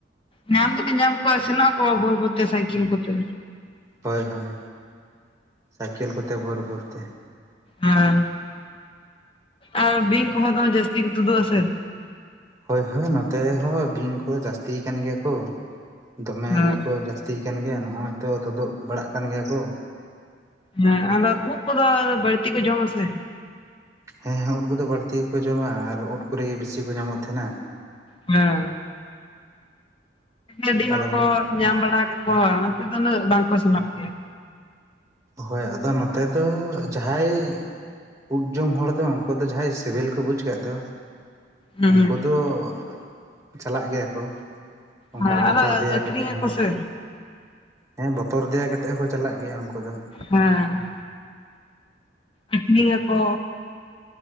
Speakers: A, on the left; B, on the right.
A: ᱧᱟᱢ ᱫᱚᱵᱮᱱ ᱧᱟᱢ ᱠᱚᱣᱟ ᱥᱮᱱᱚᱜ ᱟᱠᱚ ᱵᱷᱳᱨ ᱵᱷᱳᱩᱨᱛᱮ ᱥᱟᱭᱠᱮᱞ ᱠᱚᱛᱮ
B: ᱦᱳᱭ ᱦᱳᱭ ᱥᱟᱭᱠᱮᱞ ᱠᱚᱛᱮ ᱵᱷᱳᱨ ᱵᱷᱳᱨᱛᱮ
A: ᱦᱮᱸ ᱟᱨ ᱵᱤᱧ ᱠᱚᱦᱚᱸ ᱫᱚ ᱡᱟᱹᱥᱛᱤ ᱠᱚ ᱛᱩᱫᱩᱜ ᱟᱥᱮ
B: ᱦᱳᱭ ᱦᱳᱭ ᱱᱚᱛᱮ ᱦᱚᱸ ᱵᱤᱧ ᱠᱚ ᱡᱟᱹᱥᱛᱤ ᱠᱟᱱ ᱜᱮᱭᱟ ᱠᱚ ᱫᱚᱢᱮ
A: ᱦᱮᱸ
B: ᱜᱮᱠᱚ ᱡᱟᱹᱥᱛᱤ ᱡᱟ. ᱥᱛᱤ ᱠᱟᱱ ᱜᱮᱭᱟ ᱱᱚᱜ ᱚᱚᱭ ᱛᱚ ᱛᱩᱫᱩᱜ ᱵᱟᱲᱟᱜ ᱠᱟᱱ ᱜᱮᱭᱟ ᱠᱚ
A: ᱦᱮᱸ ᱟᱫᱚ ᱩᱫ ᱠᱚᱫᱚ ᱵᱟᱹᱲᱛᱤ ᱠᱚ ᱡᱚᱢ ᱟᱥᱮ
B: ᱦᱮᱸ ᱦᱮᱸ ᱩᱫ ᱠᱚᱫᱚ ᱵᱟᱹᱲᱛᱤ ᱜᱮᱠᱚ ᱡᱚᱢᱟ ᱟᱨ ᱩᱫ ᱠᱚᱨᱮ ᱜᱮ ᱵᱤᱥᱤ ᱠᱚ ᱧᱟᱢᱚᱜ ᱛᱟᱦᱮᱱᱟ
A: ᱦᱮᱸ ᱟᱹᱰᱤ ᱦᱚᱲ
B: ᱟᱫᱚ
A: ᱠᱚ ᱧᱟᱢ ᱵᱟᱲᱟ ᱠᱟᱠᱚᱣᱟ ᱚᱱᱟ ᱛᱮ ᱫᱚ ᱩᱱᱟᱹᱜ ᱵᱟᱝᱠᱚ ᱥᱮᱱᱚᱜ ᱜᱮᱭᱟ
B: ᱦᱳᱭ ᱟᱫᱚ ᱱᱚᱛᱮ ᱫᱚ ᱡᱟᱦᱟᱸᱭ ᱩᱫ ᱡᱚᱢ ᱦᱚᱲ ᱫᱚ ᱩᱱᱠᱩ ᱫᱚ ᱡᱟᱦᱟᱸᱟᱭ ᱥᱤᱵᱤᱞ ᱠᱚ ᱵᱩᱡ ᱠᱟᱫ ᱫᱚ
A: ᱦᱮᱸ
B: ᱩᱱᱠᱩ ᱫᱚ <inaudible> ᱪᱟᱞᱟᱜ ᱜᱮᱭᱟ ᱠᱚ᱾ ᱚᱱᱠᱟ
A: ᱦᱮᱸ
B: ᱵᱚᱛᱚᱨ
A: ᱟᱫᱚ
B: ᱫᱮᱭᱟ
A: ᱟᱹᱠᱷᱨᱤᱧ
B: ᱠᱟᱛᱮᱫ
A: ᱟᱠᱚ
B: ᱦᱚᱸ
A: ᱥᱮ
B: ᱦᱮᱸ ᱵᱚᱛᱚᱨ ᱫᱮᱭᱟ ᱠᱟᱛᱮᱜ ᱦᱚᱸᱠᱚ ᱪᱟᱞᱟᱜ ᱜᱮᱭᱟ ᱩᱱᱠᱩ ᱫᱚ᱾
A: ᱦᱮᱸᱻ ᱟᱹᱴᱷᱱᱤ ᱭᱟᱠᱚ